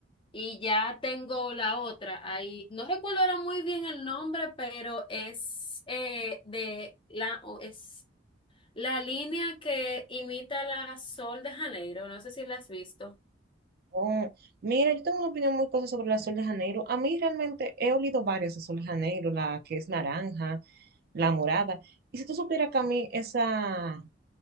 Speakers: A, on the left; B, on the right.
A: Y ya tengo la otra ahí. No recuerdo ahora muy bien el nombre, pero es eh, de la o es la línea que imita la Sol de Janeiro. No sé si la has visto.
B: Oh, mira, yo tengo una opinión muy cosa sobre la Sol de Janeiro. A mí realmente he olido varias de Sol de Janeiro, la que es naranja, la morada. Y si tú supieras que a mí esa,